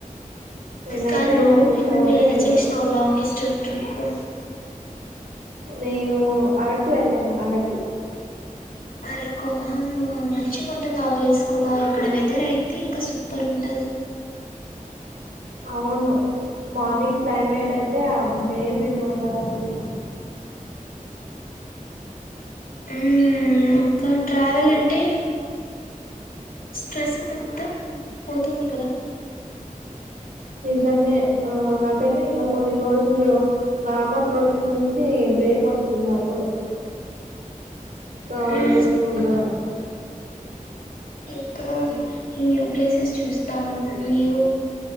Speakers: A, on the right (about 80°); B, on the left (about 80°).
A: నేనైతే
B: కా ను
A: అసలు పోనే
B: నువ్వేది
A: లేదు
B: చేసినవు లాంగెస్ట్ ట్రిప్పు
A: నేను అరకు వెళ్ళాను అరకు
B: అరకు మంచిగా ఉంటుంది ఆ ప్లేస్ కూడా అక్కడ వెదర్ అయితే ఇంకా సూపర్ ఉంటది
A: అవును మార్నింగ్ క్లైమేట్ అంటే అమేజింగ్ ఉంటంది అసలు
B: ఉమ్ ఇంకా ట్రావెల్ అంటే స్ట్రెస్ మొత్తం పోతుంది కదా
A: నిజమే ఆ నాకైతే ఇంకా కొన్ని రోజులు నార్మల్ రొటీన్ నుంచి వచ్చి బ్రేక్ వస్తుంది అప్పుడు ట్రావెల్
B: ఉమ్
A: చేస్తూ ఉండగా
B: ఇంకా న్యూ ప్లేసెస్ చూస్తాము న్యూ